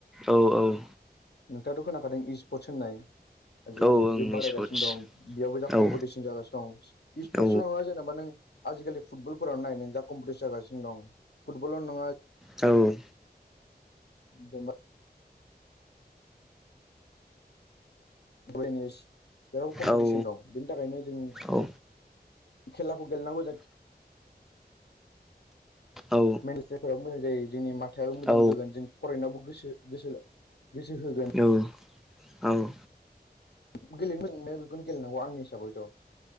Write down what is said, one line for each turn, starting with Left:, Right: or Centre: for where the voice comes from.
Centre: औ औ
Left: नोंथाङाथ' खोनाखादों इ स्पर्टस होननाय आजिखालि
Centre: औ ओं
Left: बिजों बारायगासिनो
Centre: स्पर्टस
Left: दं। बेयावबो जा
Centre: औ
Left: कम्पिटिसन जागासिनो दं। इस्पर्टसल'
Centre: औ
Left: नङा जेनेबा नों आजिखालि फुटबलफोरावनो नायनो जा कम्पिटिसन जागासिनो दं फुटबल ल' नङा
Centre: औ
Left: जेनेबा <inaudible> बेयावबो कम्पिटिसन
Centre: औ
Left: दं बेनि थाखायनो जों
Centre: औ
Left: खेलाखौ गेलेनांगौ जाख
Centre: औ
Left: <inaudible> फोराबो मोजां जायो जोंनि माथायाबो मोजां
Centre: औ उम औ
Left: होगोन जों फरायनायावबो गोसो गोसो गोसो होगोन।
Centre: औ औ
Left: <inaudible> बेखौनो गेलेनांगौ आंनि हिसाबैथ'।